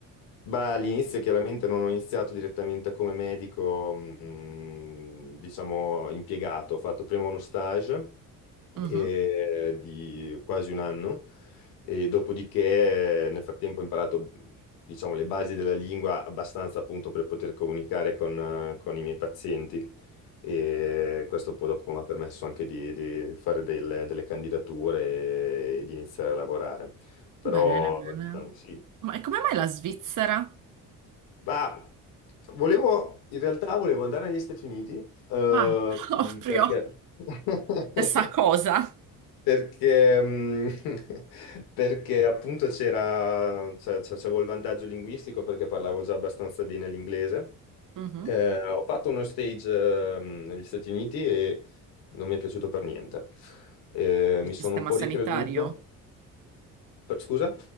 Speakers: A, on the left; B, on the right.
A: Ma all'inizio chiaramente non ho iniziato direttamente come medico, mm, diciamo, impiegato, ho fatto prima uno stage
B: Mhm.
A: eh, di quasi un anno e dopodiché eh, nel frattempo ho imparato, diciamo, le basi della lingua abbastanza appunto per poter comunicare con, eh, con i miei pazienti e questo poi dopo mi ha permesso anche di, di fare delle, delle candidature e, e di iniziare a lavorare. Però,
B: Bene, bene.
A: diciamo, sì.
B: Ma e come mai la Svizzera?
A: Ma volevo, in realtà volevo andare negli Stati Uniti, eh,
B: Ah, <laughs> proprio
A: perché... <laughs>
B: stessa cosa.
A: Perché, mm, <laughs> perché appunto c'era, cioè, cioè, c'avevo il vantaggio linguistico perché parlavo già abbastanza bene l'inglese.
B: Mhm.
A: Eh, ho fatto uno stage, ehm, negli Stati Uniti e non mi è piaciuto per niente. Eh,
B: Il
A: mi sono
B: sistema
A: un po'
B: sanitario.
A: ricreduto. Per- scusa?